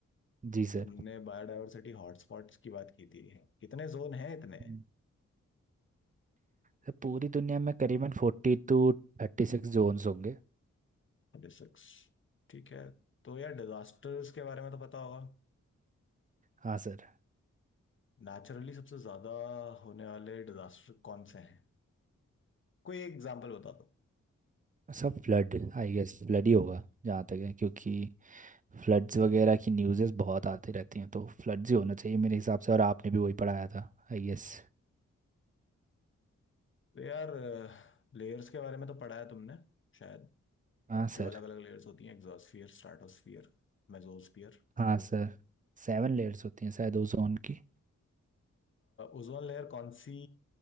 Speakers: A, on the right (about 25°); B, on the left (about 40°).
A: जी सर
B: तुमने बायोडायवर्सिटी हॉटस्पॉट्स की बात की थी कितने जोन हैं इतने
A: हम्म। सर पूरी दुनिया में करीबन फोर्टी टू थर्टी सिक्स जोन्स होंगे
B: सिक्स ठीक है तो यार डिजास्टर्स के बारे में तो पता होगा
A: हाँ सर
B: नेचुरली सबसे ज्यादा होने वाले डिजास्टर कौन से हैं कोई एग्जांपल बता दो
A: सब फ्लड आई गेस फ्लड ही होगा जहाँ तक है क्योंकि फ्लड्स वगैरह की न्यूज़ेस बहुत आती रहती हैं तो फ्लड्स ही होना चाहिए मेरे हिसाब से और आपने भी वही पढ़ाया था आई गेस
B: तो यार लेयर्स के बारे में तो पढ़ा है तुमने शायद
A: हाँ
B: जो
A: सर
B: अलग अलग लेयर्स होती हैं exosphere stratosphere mesosphere
A: हाँ सर सेवन लेयर्स होती हैं शायद ओजोन की
B: Ozone layer कौन सी